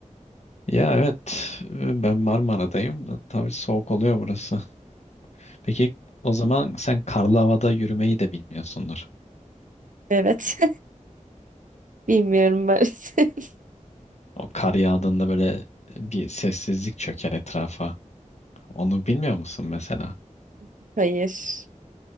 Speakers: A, on the left; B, on the right.
A: Ya evet e, ben Marmara'dayım. da Tabii soğuk oluyor burası. Peki o zaman sen karlı havada yürümeyi de bilmiyorsundur.
B: Evet. <laughs> Bilmiyorum maalesef.
A: O kar yağdığında böyle bir sessizlik çöker etrafa. Onu bilmiyor musun mesela?
B: <laughs> Hayır.